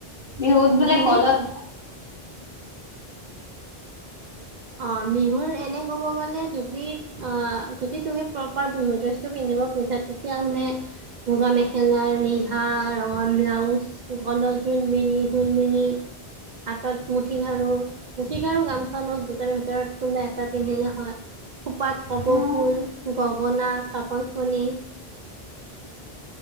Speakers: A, on the left (about 60°); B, on the right (about 55°).
A: বিহুত বোলে
B: বিহুত
A: গলত
B: অ' বিহুৰ এনে ক'ব গলে যদি অ' যদি তুমি প্ৰপাৰ বিহু দেছটো পিন্ধ <unintelligible> তেতিয়া মানে, মূগা মেখেলাৰ আউজ, গলত জোনবিৰি ঢোলবিৰি। হাতত মুঠি খাৰু, মুঠি খাৰু গাম খাৰু দু ভিতৰত কোনোবা এটা পিন্ধিলে হয়। খোপাত কপৌ
A: অ',
B: ফুল, গ বনা, কাকৈ ফণি